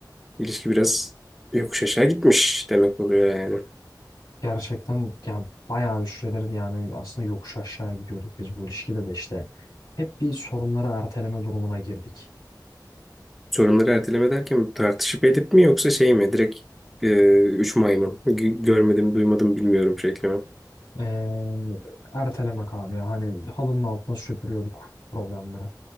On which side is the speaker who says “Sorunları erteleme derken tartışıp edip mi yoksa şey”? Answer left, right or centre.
Centre